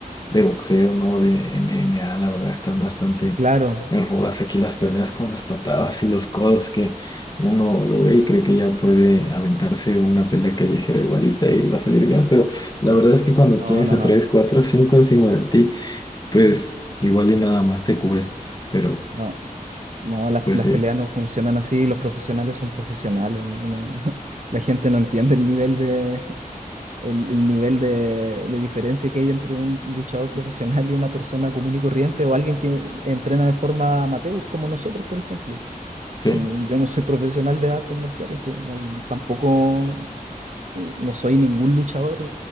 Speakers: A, on the left; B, on the right.
A: de boxeo, ¿no? De MMA, la verdad están bastante
B: Claro.
A: rudas aquí las peleas con las patadas y los codos que uno lo ve y cree que ya puede aventarse una pelea callejera igualita y va a salir bien, pero la verdad es que cuando
B: No,
A: tienes
B: no,
A: a
B: no.
A: 3 4 5 encima de ti, pues igual y nada más te cubre, pero
B: No, no, las,
A: pues
B: las
A: sí,
B: peleas no funcionan así, los profesionales son profesionales. uno- <laughs> la gente no entiende el nivel de, el, el nivel de, de diferencia que hay entre un luchador profesional y una persona común y corriente o alguien que entrena de forma amateur, como nosotros, por ejemplo.
A: sí,
B: Que n- Yo no soy profesional de artes marciales, pero no- tampoco no no soy ningún luchador